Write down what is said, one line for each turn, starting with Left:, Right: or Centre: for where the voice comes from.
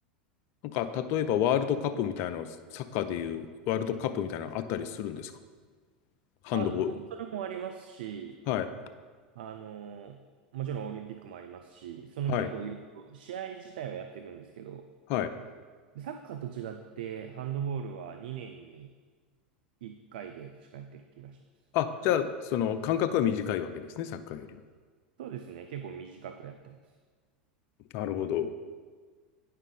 Left: なんか、例えばワールドカップみたいなの、サッカーでいうワールドカップみたいなのあったりするんですかハンドボール。
Right: あ、どそれもありますし、
Left: はい。
Right: あのーもちろんオリンピックもありますし、その結構いろいろ、
Left: はい。
Right: 試合自体はやってるんですけど、
Left: はい。
Right: サッカーと違って、ハンドボールは2年に1回で確かやってる気がします。
Left: あ、じゃあ、その間隔は短いわけですね、サッカーよりも。
Right: そうですね。結構短くやってます。
Left: なるほど。